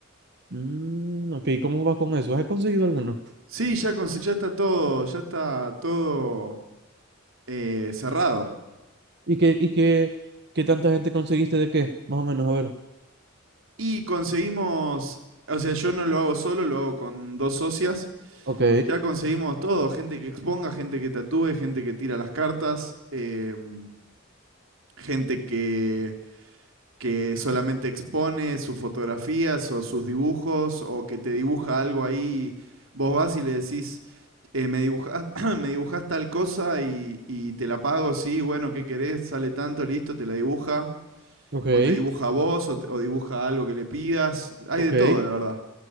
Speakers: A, on the right; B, on the right.
A: Mm, ok, ¿cómo vas con eso? ¿Has conseguido alguno?
B: Sí, ya, conse- ya está todo, ya está todo eh, cerrado.
A: ¿Y qué, y qué, qué tanta gente conseguiste de qué? Más o menos, a ver.
B: Y conseguimos, o sea, yo no lo hago solo, lo hago con dos socias.
A: Ok,
B: Ya conseguimos todo, gente que exponga, gente que tatúe, gente que tira las cartas, em, gente que que solamente expone sus fotografías o sus dibujos o que te dibuja algo ahí. Vos vas y le decís, eh, me dibujas, <clears throat> me dibujas tal cosa y, y te la pago, sí, bueno, ¿qué querés? Sale tanto, listo, te la dibuja.
A: ok,
B: O te dibuja a vos, o, te- o dibuja algo que le pidas. Hay
A: ok.
B: de todo, la verdad.